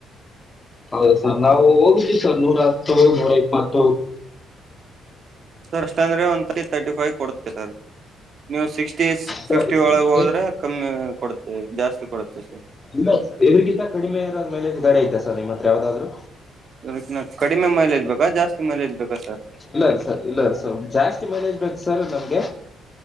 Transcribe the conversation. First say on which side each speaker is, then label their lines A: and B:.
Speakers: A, on the left; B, on the right.
A: ಹೌದು ಸರ್ ನಾವು ಹೋಗಿದವಿ ಸರ್ ನೂರ ಹತ್ತು ನೂರ ಇಪ್ಪತ್ತು
B: ಸರ್ ಸ್ಟಂಡ ಒ ತರ್ಟಿ ಫೈವ್ ಕೊಡುತ್ತೆ ಸರ್ ನೀವು ಸಿ
A: ಸರ್
B: ಫಿಫ್ಟಿ
A: ಇದ್ರಕ್ಕಿಂತ
B: ಒಳಗೆ ಹೋದ್ರೆ ಕಮ್ಮಿ ಕೊಡ್ತವಿ ಜಾಸ್ತಿ <inaudible>
A: ಇಲ್ಲ ಸರ್ ಎದುರಿಗಿಂತ ಕಡಿಮೆ ಇರ ಮೇಲೆ ಗಾಡೆ ಆಐತಾ ಸರ್ ನಿಮ್ಮ ಹತ್ರ ಯಾವ್ದಾದ್ರು
B: ಅದಕ್ಕಿನ್ನ ಕಡಿಮೆ ಮೈಲೇಜ್ ಬೇಕಾ ಜಾಸ್ತಿ ಮೈಲೇಜ್ ಬೇಕಾ ಸರ್
A: ಇಲ್ಲ ಸರ್ ಇಲ್ಲ ಸರ್ ಜಾಸ್ತಿ ಮನೇಜ್ ಬೇಕು ಸರ್ ನಮ್ಗೆ